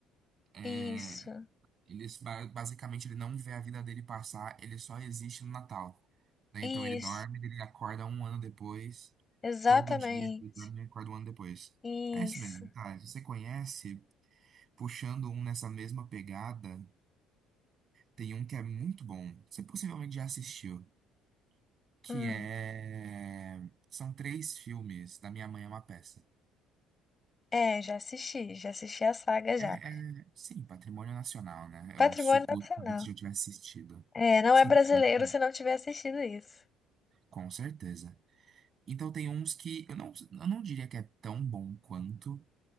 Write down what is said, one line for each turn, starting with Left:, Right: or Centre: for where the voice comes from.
Right: É,
Left: Isso,
Right: ele, basicamente, ele não vê a vida dele passar, ele só existe no Natal. né?
Left: isso,
Right: Então ele dorme, ele acorda um ano depois,
Left: exatamente.
Right: todo dia, ele dorme e acorda um ano depois.
Left: Isso.
Right: É isso mesmo, tá? Se você conhece, puxando um nessa mesma pegada. Tem um que é muito bom, você possivelmente já assistiu, que
Left: Hum.
Right: é... São três filmes da Minha Mãe é uma Peça.
Left: É, já assisti, já assisti a saga
Right: É,
Left: já.
Right: é- sim, Patrimônio Nacional, né?
Left: Patrimônio
Right: Eu supus
Left: Nacional.
Right: que você já tivesse assistido.
Left: É, não
Right: Sim,
Left: é brasileiro
Right: Patrimônio Nacional.
Left: se não tiver assistido isso.
Right: Com certeza. Então tem uns que eu não, eu não diria que é tão bom quanto,